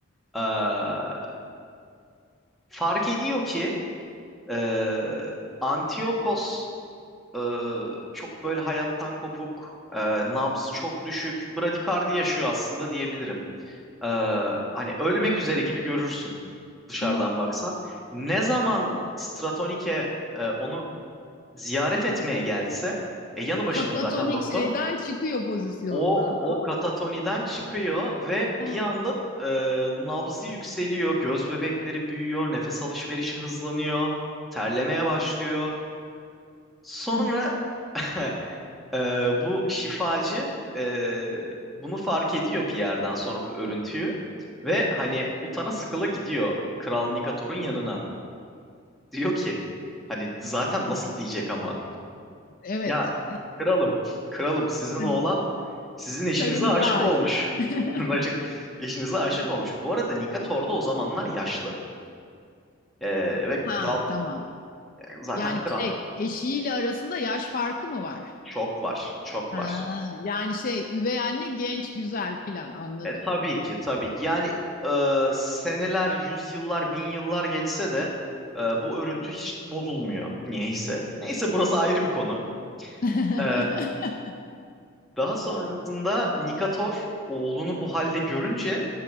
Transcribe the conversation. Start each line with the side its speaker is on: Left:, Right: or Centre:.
Centre: Eee, fark ediyor ki eee Antiochos eee, çok böyle hayattan kopuk, eee, nabzı çok düşük, bradikardi yaşıyor aslında diyebilirim. Eee, hani ölmek üzere gibi görürsün dışarıdan
Left: Ha,
Centre: baksan. Ne zaman Stratonike e, onu ziyaret etmeye gelse e, yanı başında
Left: Katatonik
Centre: zaten doktor
Left: şeyden çıkıyor pozisyondan.
Centre: o o katatoniden çıkıyor ve
Left: Aa,
Centre: bir anda e, nabzı yükseliyor göz bebekleri büyüyor nefes alışverişi hızlanıyor terlemeye başlıyor sonra
Left: ha, çok
Centre: <laughs> e, bu şifacı e, bunu fark ediyor bir yerden sonra bu örüntüyü ve hani utana sıkıla gidiyor Kral Nikator'un yanına diyor ki hani zaten nasıl diyecek ama
Left: evet.
Centre: ya Kralım, kralım sizin
Left: Karın,
Centre: oğlan sizin eşinize
Left: karınıza
Centre: aşık
Left: aşık.
Centre: olmuş.
Left: <laughs>
Centre: <laughs> Eşinize aşık olmuş. Bu arada Nikator'da o zamanlar yaşlı. Ee, ve kral
Left: Ha, tamam.
Centre: yani zaten
Left: Yani
Centre: kral
Left: şey, eşiyle arasında yaş farkı mı var?
Centre: çok var, çok
Left: Ha,
Centre: var.
Left: yani şey üvey anne genç güzel filan anladım.
Centre: E tabii ki, tabii ki. Yani e, seneler, yüzyıllar, bin yıllar geçse de e, bu örüntü hiç bozulmuyor niyeyse. Neyse burası ayrı bir konu.
Left: <laughs>
Centre: Ee, daha sonrasında Nikator oğlunu bu halde görünce